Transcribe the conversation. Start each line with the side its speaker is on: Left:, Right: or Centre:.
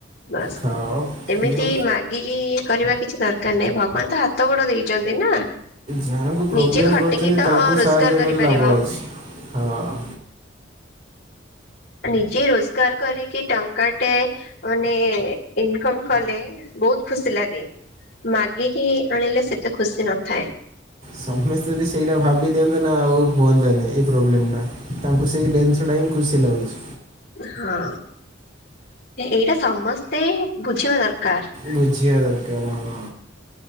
Left: ବାସ୍
Right: ଖାଅ
Left: ଏମିତି
Right: ପିଅ
Left: ମାଗିକି କରିବା କିଛି ଦରକାର ନାହିଁ ଭଗବାନ ତ ହାତ ଗୋଡ ଦେଇଚନ୍ତି ନା।
Right: ଯାହାଙ୍କୁ ପ୍ରୋବ୍ଲେମ୍
Left: ନିଜେ ଖଟିକି
Right: କରୁଚନ୍ତି
Left: ତ
Right: ତାଙ୍କୁ
Left: ରୋଜଗାର
Right: ସାହାଯ୍ୟ
Left: କରିପାରିବ।
Right: କଲେ ଲାଭ ଅଛି ହଁ।
Left: ନିଜେ ରୋଜଗାର କରିକି ଟଙ୍କାଟେ ମାନେ ଇନକମ୍ କଲେ ବୋହୁତ ଖୁସି ଲାଗେ। ମାଗିକି ଆଣିଲେ ସେତେ ଖୁସି ନଥାଏ।
Right: ସମସ୍ତେ ଯଦି ସେଇଟା ଭାବି ଦିଅନ୍ତତା ନା ଆଉ ହୁଅନ୍ତତାନି ଏଇ ପ୍ରୋବ୍ଲେମଟା। ତାଙ୍କୁ ସେଇ ଦିନସଟା ହିଁ ଟା ହିଁ ଖୁସି ଲାଗୁଚି।
Left: ହଁ ଏଇଟା ସମସ୍ତେ ବୁଝିବା ଦରକାର।
Right: ବୁଝିବା ଦରକାର ହଁ।